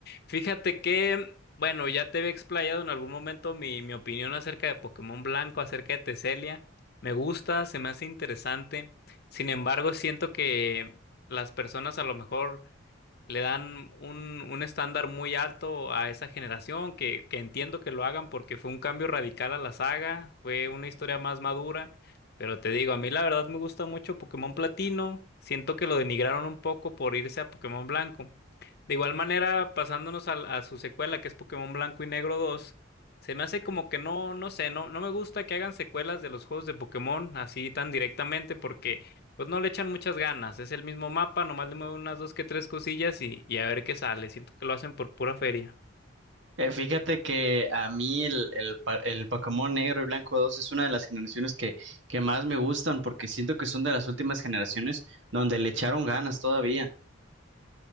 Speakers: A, on the left; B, on the right.
A: Fíjate que, bueno, ya te había explayado en algún momento mi, mi opinión acerca de Pokémon Blanco, acerca de Teselia. Me gusta, se me hace interesante. Sin embargo, siento que las personas a lo mejor le dan un, un estándar muy alto a esa generación, que, que entiendo que lo hagan porque fue un cambio radical a la saga, fue una historia más madura, pero te digo, a mí la verdad me gusta mucho Pokémon Platino, siento que lo denigraron un poco por irse a Pokémon Blanco. De igual manera, pasándonos al- a, su secuela, que es Pokémon Blanco y Negro dos se me hace como que no, no sé, no, no me gusta que hagan secuelas de los juegos de Pokémon así tan directamente, porque pues no le echan muchas ganas, es el mismo mapa, nomás le mueven unas dos que tres cosillas y, y a ver qué sale. Siento que lo hacen por pura feria.
B: Eh, fíjate que a mí el, el, pa- el Pokémon Negro y Blanco 2 es una de las generaciones que, que más me gustan porque siento que son de las últimas generaciones donde le echaron ganas todavía.